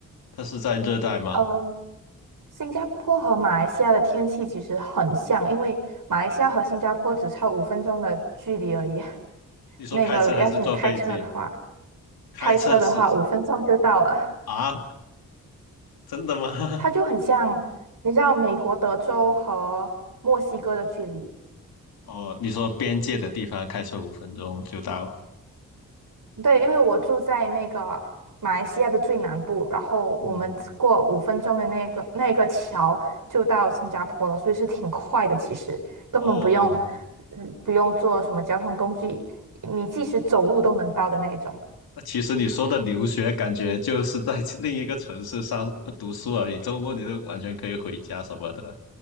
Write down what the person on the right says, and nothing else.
呃，新加坡和马来西亚的天气其实很像，因为马来西亚和新加坡只差五分钟的距离而已。<laughs>
那个，要是你开车的话。
开车的话，五分钟就到了。
它就很像，你知道美国德州和墨西哥的距离。
对，因为我住在那个马来西亚的最南部，然后我们过五分钟的那个那个桥就到新加坡了，
所以是挺快的。其实根本不用，
嗯，不用坐什么交通工具，你即使走路都能到的那种。